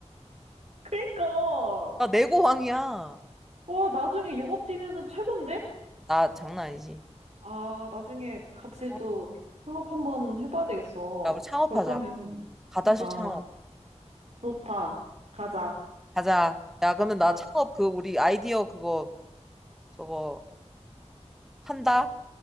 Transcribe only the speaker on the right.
그니까.
와, 나중에 영업 뛰면은 최곤데?
아, 나중에 같이
또 창업 한번 해봐야 되겠어.
졸업하면.
그러니까,
좋다. 가자.
아,